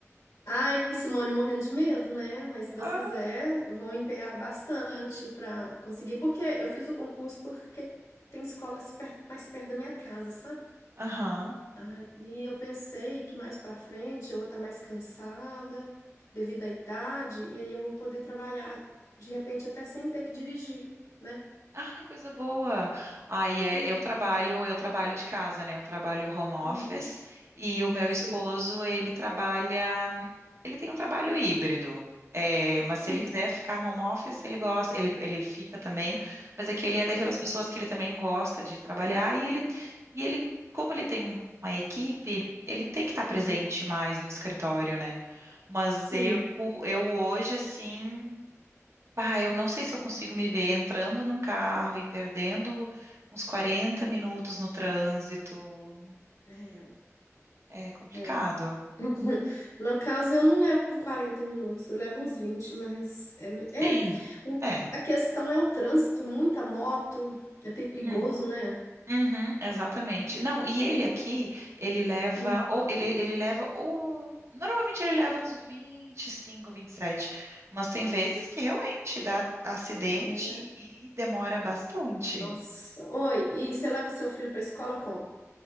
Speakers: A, on the left; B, on the right.
A: Ai, Simone, morrendo de medo, né? Mas se Deus
B: Ah,
A: quiser, eu vou empenhar bastante para conseguir. Porque eu fiz o concurso porque tem escolas per- mais perto da minha casa, sabe?
B: Aham.
A: Aí eu pensei que mais para frente eu vou estar mais cansada devido à idade, e aí eu vou poder trabalhar de repente até sem ter que dirigir, né?
B: Ai, coisa boa. Aí é,
A: É,
B: eu trabalho, eu trabalho de casa, né? Eu trabalho home office
A: uhum,
B: e o meu
A: sei.
B: esposo, ele trabalha, ele tem um trabalho híbrido. É, mas
A: Sim.
B: se ele quiser ficar home office, ele gosta, ele, ele fica também, mas é que ele é daquelas
A: Aham,
B: pessoas que ele também gosta de trabalhar e ele, e ele, como ele tem um- uma equipe, ele tem que estar presente
A: aham.
B: mais no escritório, né? Mas
A: Sim.
B: eu, eu hoje, assim. Bah, eu não sei se eu consigo me ver entrando num carro e perdendo uns quarenta
A: É,
B: minutos no trânsito.
A: é,
B: É complicado.
A: é. <laughs> No caso, eu não levo 40 minutos, eu levo uns 20, mas é, me- é,
B: Sim.
A: o-
B: É.
A: a questão é o trânsito, muita moto, é perigoso,
B: Hum,
A: né?
B: uhum, exatamente. Não, e ele aqui, ele leva,
A: Hum,
B: ou ele, ele leva, ou normalmente ele leva uns 25, sete, mas tem vezes que realmente dá acidente
A: é,
B: e demora bastante.
A: nossa. Oi, e você leva o seu filho para a escola como?